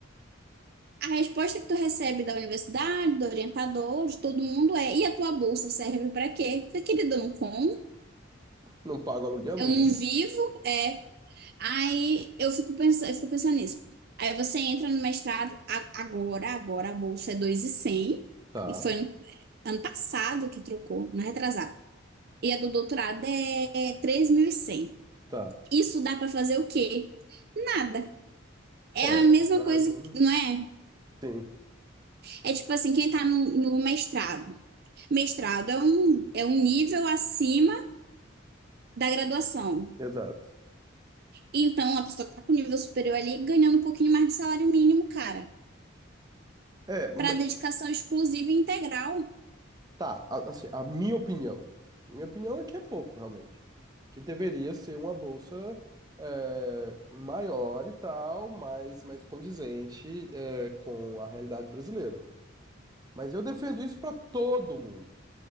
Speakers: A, on the right; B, on the right.
A: A resposta que tu recebe da universidade, do orientador, de todo mundo é: e a tua bolsa serve para quê? Falei, Querida, eu não como,
B: Não pago aluguel, não
A: eu não
B: vi?
A: vivo, é. Aí eu fico pensando, eu fico pensando nisso. Aí você entra no mestrado a- agora, agora a bolsa é 2.100
B: Tá,
A: e foi ano passado que trocou, não é retrasado. E a do doutorado é 3.100.
B: tá.
A: Isso dá pra fazer o quê? Nada. É
B: É,
A: a mesma
B: ah,
A: coisa,
B: então,
A: que- não é?
B: sim,
A: É tipo assim, quem tá no, no mestrado. Mestrado é um, é um nível acima da graduação.
B: exato.
A: Então, a pessoa que tá com nível superior ali, ganhando um pouquinho mais de salário mínimo, cara,
B: É, ma-
A: pra dedicação exclusiva e integral.
B: tá, a- assim, a minha opinião. Minha opinião é que é pouco, realmente. Que deveria ser uma bolsa é, maior e tal, mais, mais condizente é, com a realidade brasileira. Mas eu defendo isso para todo mundo.